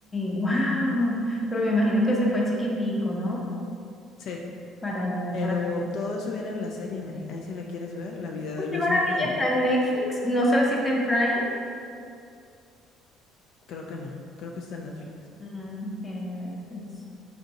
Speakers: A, on the left; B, on the left.
A: wow. Pero me imagino que se fue chiquitico, ¿no?
B: Sí.
A: Para allá,
B: Pero
A: para.
B: todo eso viene en la serie, Mary. Ahí si la quieres ver, la vida
A: Oh,
B: de Luis
A: Qué maravilla,
B: Miguel.
A: está en Netflix. No sabes si está en Prime.
B: Creo que no, creo que está en Netflix.
A: Mm, ok, Netflix.